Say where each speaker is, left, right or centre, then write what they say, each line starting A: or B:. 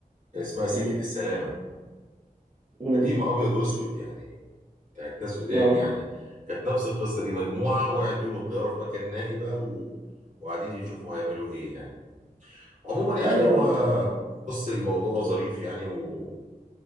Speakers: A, on the right (about 55°); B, on the right (about 40°).
A: كان اسمها سكة
B: مم.
A: السلامة
B: مم.
A: قديمة أبيض وأسود يعني كانت ناس قدام
B: اه
A: يعني كانت نفس القصه دي مجموعه وقعد يوم الطياره في مكان نائي بقى و... وقاعدين يشوفوا هيعملوا ايه يعني عموما يعني
B: ايوه
A: هو بص الموضوع ظريف يعني و...